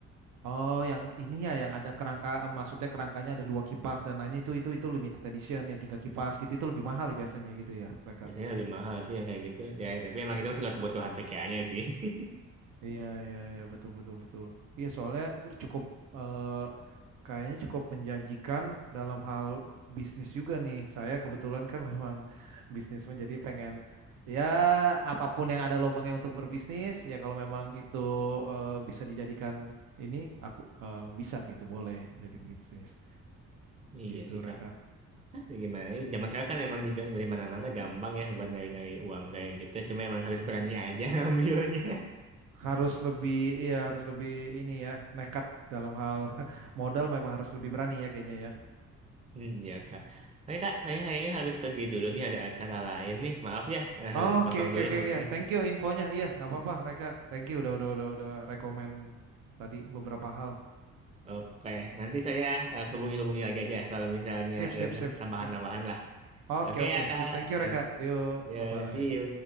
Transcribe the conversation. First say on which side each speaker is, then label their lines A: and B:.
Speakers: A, on the right; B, on the right.
A: Oh, yang ini ya, yang ada kerangka, eh, maksudnya kerangkanya ada dua kipas dan lain itu, itu, itu limited edition ya, tiga kipas gitu, itu lebih mahal ya biasanya gitu ya, mereka.
B: Biasanya lebih mahal sih yang kayak gitu. Ya, tapi emang itu sesuai kebutuhan VGA-nya sih. <laughs>
A: Iya, iya, iya, betul, betul, betul. Iya, soalnya cukup, eh, kayaknya cukup menjanjikan dalam hal bisnis juga nih. Saya kebetulan kan <laughs> memang bisnis menjadi pengen ya apapun yang ada lubangnya untuk berbisnis, ya kalau memang itu eh, bisa dijadikan ini, aku eh, bisa gitu, boleh jadi bisnis
B: Iya
A: gitu,
B: sih
A: mereka.
B: Kak. Ya gimana? ya, Zaman sekarang kan emang di, di mana-mana gampang ya buat nyari-nyari uang kayak gitu. Cuma emang harus berani aja <laughs> ambilnya.
A: harus lebih iya harus lebih ini ya nekat dalam hal <laughs> modal memang harus lebih berani ya kayaknya ya.
B: Hmm, iya Kak. Oke Kak, saya kayaknya harus pergi dulu nih ada acara lain nih. Maaf ya, eh, harus
A: Oke
B: dipotong
A: oke
B: dulu
A: oke
B: sampai sini.
A: ya. Thank you infonya. Iya nggak apa-apa Reka. Thank you udah udah udah udah rekomend tadi beberapa hal.
B: Oke, nanti saya eh, hubungi-hubungi lagi aja kalau misalnya
A: Sip
B: ada
A: sip sip.
B: eh, tambahan-tambahan
A: Ah,
B: lah.
A: oke
B: Oke
A: oke
B: ya, Kak.
A: sip. Thank you Reka.
B: And,
A: Yuk
B: ya,
A: bye bye.
B: see you.